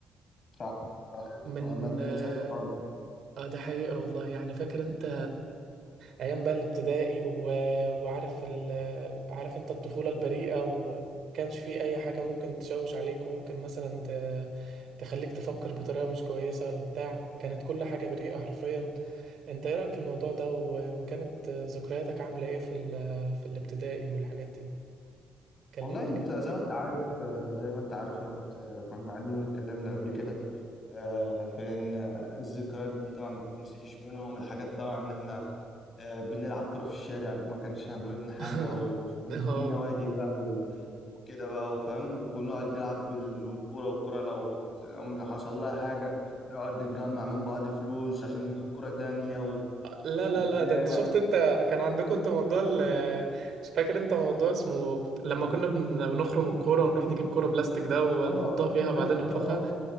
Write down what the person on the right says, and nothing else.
من
آه،
اه ده حقيقة والله يعني فاكر انت ايام بقى الابتدائي و... وعارف ال... عارف انت الطفولة البريئة ومكانش فيه اي حاجة ممكن تشوش عليك وممكن مثلا ت... تخليك تفكر بطريقة مش كويسة ولا بتاع كانت كل حاجة بريئة حرفيا انت ايه رأيك في الموضوع ده و... وكانت ذكرياتك عاملة ايه في ال... في الابتدائي والحاجات دي كلمني
كده
<laughs>
اه
لا لا
لا ده انت شفت انت كان عندكم انت موضوع ال مش فاكر انت موضوع اسمه لما كنا بن- بنخرم الكورة ونروح نجيب كورة بلاستيك ده ونحطها
فيها
وبعدين ننفخها